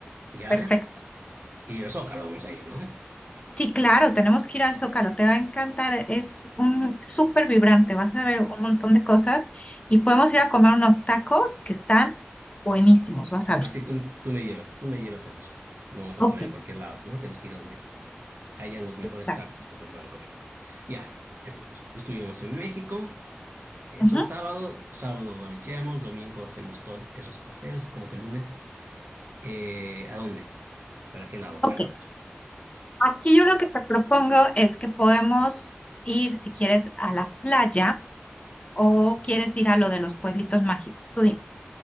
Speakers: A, on the right; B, on the left.
A: Ya,
B: perfecto.
A: y el Zócalo vamos a ir, ¿no?
B: Sí, claro, tenemos que ir al Zócalo, te va a encantar, es un súper vibrante, vas a ver un montón de cosas y podemos ir a comer unos tacos que están buenísimos, vas a ver.
A: Así tú, tú me llevas, tú me llevas a eso. No vamos
B: Ok,
A: a comer en cualquier lado, ¿no? Tenemos que ir donde hayan los mejores
B: exacto.
A: tacos que se puedan comer. Ya, est- est- estuvimos en México. Eso
B: Ujú,
A: es sábado, sábado balicheamos, domingo hacemos todos esos paseos, como que lunes. eh, ¿a dónde? ¿Para qué lado
B: Ok,
A: jalamos?
B: aquí yo lo que te propongo es que podemos ir, si quieres, a la playa o quieres ir a lo de los pueblitos mágicos. Tú dime.